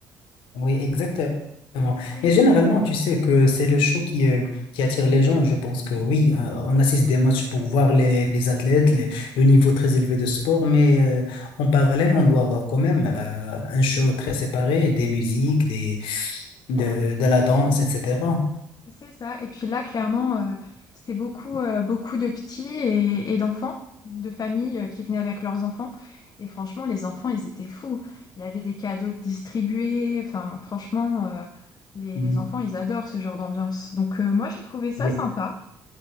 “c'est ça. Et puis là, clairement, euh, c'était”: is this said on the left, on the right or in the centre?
Left